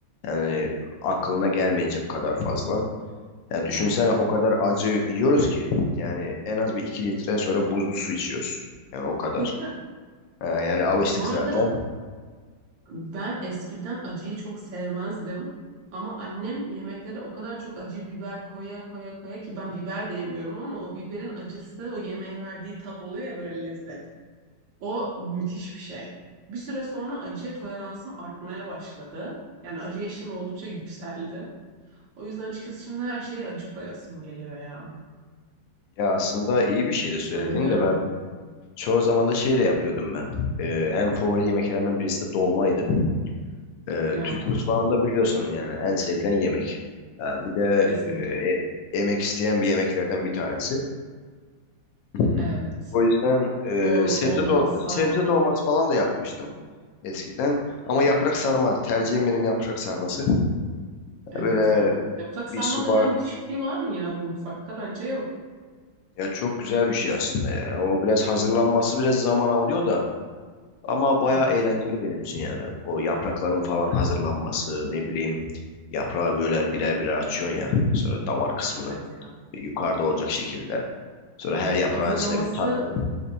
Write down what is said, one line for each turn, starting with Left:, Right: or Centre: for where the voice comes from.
Left: Yani aklına gelmeyecek kadar fazla. Ya düşünsene
Right: Ya.
Left: o kadar acı yiyoruz ki yani en az bir 2 litre sonra buzlu su içiyoruz. Yani o kadar.
Right: <laughs>
Left: Ee, yani alıştık
Right: Bu arada
Left: zaten.
Right: ben eskiden acıyı çok sevmezdim. Ama annem yemeklere o kadar çok acı biber koya koya koya ki ben biber de yemiyorum ama o biberin acısı o yemeğe verdiği tat oluyor ya böyle lezzet. O müthiş bir şey. Bir süre sonra acıya toleransım artmaya başladı. Yani acı eşiğim oldukça yükseldi. O yüzden açıkçası şimdi her şeye acı koyasım geliyor ya.
Left: Ya aslında iyi bir şey de söylediğin
Right: Bayılıyorum.
Left: de ben çoğu zaman da şey de yapıyordum ben. Ee, en favori yemeklerimden birisi de dolmaydı. Ee,
Right: Ya
Left: Türk mutfağında biliyorsun yani en sevilen yemek. Ha, bir de
Right: kesinlikle.
Left: e, e- emek isteyen bir yemeklerden bir tanesi. Hmm.
Right: Evet.
Left: O yüzden e,
Right: Doğru
Left: sebze
Right: olmaz
Left: dol
Right: sarma.
Left: sebze dolması falan da yapmıştım. eskiden. Ama
Right: Hı,
Left: yaprak sarma. Tercihim benim yaprak sarması.
Right: Evet
Left: Böyle
Right: ya. Yapacak
Left: bir
Right: sarma
Left: subar
Right: kadar müthiş bir şey var mı ya bu mutfakta? Bence yok.
Left: ya çok güzel bir şey aslında ya. O biraz hazırlanması biraz zaman alıyor da ama bayağı
Right: Evet.
Left: eğlenceli benim için yani. O yaprakların falan hazırlanması, ne bileyim yaprağı böyle birer birer açıyorsun ya. Sonra damar kısmını
Right: Evet ya.
Left: yukarıda olacak şekilde. Sonra her yaprağın
Right: Hazırlaması
Left: içine bir tatlı.